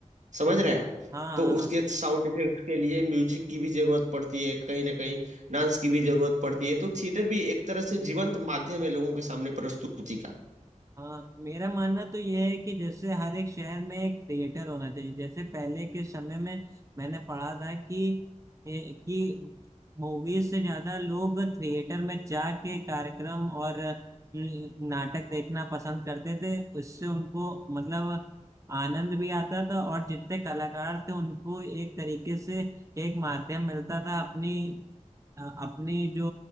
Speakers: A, on the right; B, on the right.
A: समझ रहे हैं आप
B: हाँ
A: तो
B: हाँ
A: उसके
B: हाँ।
A: साउंड इफेक्ट्स के लिए म्यूजिक की भी जरूरत पड़ती है कहीं ना कहीं डांस की भी जरूरत पड़ती है तो थिएटर भी एक तरह से जीवंत माध्यम है लोगों के सामने प्रस्तुति का
B: हाँ मेरा मानना तो यह है कि जैसे हर एक शहर में एक थिएटर होना चाहिए जैसे पहले के समय में मैंने पढ़ा था कि ए- कि मूवीज से ज्यादा लोग थिएटर में जाके कार्यक्रम और न- नाटक देखना पसंद करते थे उससे उनको मतलब आनंद भी आता था और जितने कलाकार थे उनको एक तरीके से एक माध्यम मिलता था अपनी अ- अपनी जो